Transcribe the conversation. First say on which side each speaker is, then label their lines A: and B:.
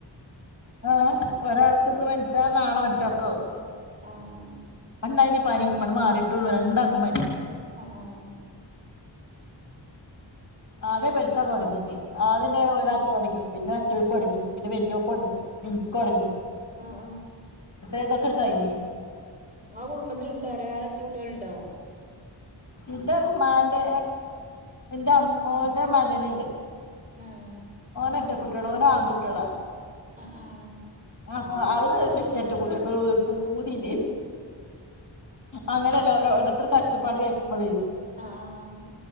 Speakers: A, on the left; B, on the right.
A: ആഹ് ഒരാൾക്ക് ഒക്കെ വലിച്ച് ച്ചാ നാളെ മറ്റാക്ക് ആവും
B: ആ ഉം
A: ഉണ്ടായിനി പനി ഇപ്പം മാറിയിട്ടുള്ളൂ രണ്ടാക്കും പനി
B: ആ
A: ആകെ പെൽത്താ തുടങ്ങിയത് അതിന്റെ
B: ഉം
A: ഒരാക്ക് കളിക്കും പിന്നെ മറ്റേവൾ കൊടുങ്ങി പിന്നെ വല്യവക്ക് കൊടങ്ങി എനിക്കൊടങ്ങി
B: ആഹ്
A: ഏതൊക്കെ കഴിഞ്ഞ്
B: നിങ്ങളെ കുടുംബത്തിലുണ്ടോ <unintelligible> രണ്ട് കുട്ടികളുണ്ടോ
A: എന്റുമ്മാന്റെ എന്റെ അമ്മോടെ മകനുണ്ട്
B: ആഹ്
A: ഓന് ഒറ്റ കുട്ടികള് ഓന് ആൺകുട്ടികളാ
B: ആ ആഹ്
A: ആ അ വിറ്റ <unintelligible> പൂതിയില്ലേ <inaudible> അങ്ങനെയല്ല ഓരോടത്തരു കഷ്ടപ്പാട് കേൾക്കുമ്പോള്
B: ആഹ